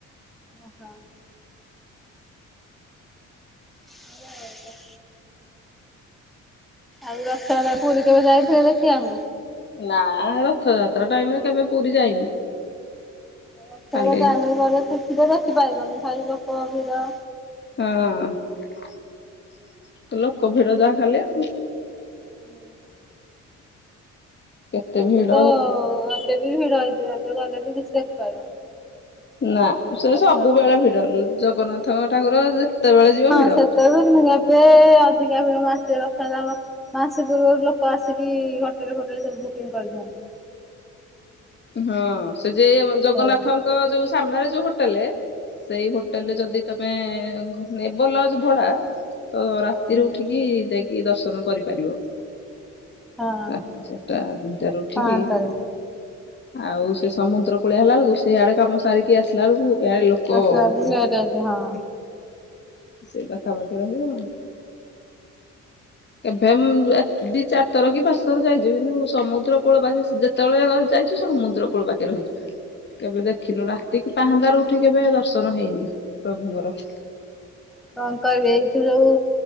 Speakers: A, in the centre; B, on the left (about 35°).
A: ଓହୋ ହଉ ଆଉ ଆଉ ରଥ ପୁରୀ କେବେ ଯାଇଥିଲେ ଦେଖିବାକୁ
B: ନା ରଥଯାତ୍ରା ଟାଇମରେ କେବେ ପୁରୀ ଯାଇନି
A: ରଥ
B: ଖାଲି ହଁ
A: ଟ ଆମେ ଘରେ ଖୁସି ତ ଦେଖିପାରିବନି ଭାଇ ଲୋକ ଭିଡ
B: ହଁ ଲୋକ ଭିଡ ଯାହା ଖାଲି ଆଉ
A: ହୁଁ।
B: କେତେ
A: ଏବେ
B: ଭିଡ
A: ତ ଏତେ ବି ଭିଡ ହେଇଥିବ ଏବେ ଗଲେ ବି କିଛି ଦେଖିପାରିବନି।
B: ନା ସେ
A: ରଥଯାତ୍ରାରେ
B: ସବୁବେଳେ ଭିଡ଼ ଜଗନ୍ନାଥ ଠାକୁର ଯେତେବେଳେ ଯିବ
A: ହଁ
B: ଭିଡ଼।
A: କିନ୍ତୁ ଏବେ ଅଧିକା ଭିଡ ମାସେ <unintelligible> ସେ ପୂର୍ବରୁ ଲୋକ ଆସିକି ହୋଟେଲ୍ ଫୋଟେଲ ସବୁ ବୁକିଂଙ୍ଗ କରିଦିଅନ୍ତି।
B: ହଁ ସେ ଯେ
A: ଦେଖିବା
B: ଜଗନ୍ନାଥଙ୍କ ଯୋଉ ସାମ୍ନାରେ ଯୋଉ ହୋଟେଲେ ସେଇ ହୋ ହୋଟେଲ୍
A: ହୁଁ
B: ରେ ଯଦି ତମେ ନେବ ଲଜ୍ ଭଡା ତ ରାତିରୁ
A: ହୁଁ
B: ଉଠିକି ଯାଇକି ଦର୍ଶନ କରିପାରିବ।
A: ହଁ।
B: ରାତି ଚାରିଟା ଦିଇଟାରୁ ଉଠିକି
A: ପାଆନ୍ତାରେ
B: ଆଉ ସେ ସମୁଦ୍ର କୂଳିଆ ହେଲା ଳକୁ ସେଇଆଡେ କାମ ସାରିକି ଆସିଲା ଳକୁ ଇଆଡେ ଲୋକ
A: ଆସିଲା ବେଳକୁ
B: ନାହିଁ
A: ଲେଟ୍ ହେଇଛି ହଁ
B: ସେ ପାଖା ପାଖି ରହିବ। କେଭେମ ଏ ଦି ଚାରିଥର କି ପାଞ୍ଚ୍ ଥର ଯାଇଛି କିନ୍ତୁ ସମୁଦ୍ର କୂଳ ପାଖ ଯେତେବେଳେ <unintelligible> ଯାଇଛୁ ସମୁଦ୍ର କୂଳ ପାଖେ ରହିଛୁ। କେବେ ଦେଖିନୁ ରାତି କି ପାହାନ୍ତାରୁ ଉଠିକି କେବେ ଦର୍ଶନ ହେଇନି ପ୍ରଭୁଙ୍କର।
A: କଣ କଇବି ଏଇଥିୁ ଯୋଉ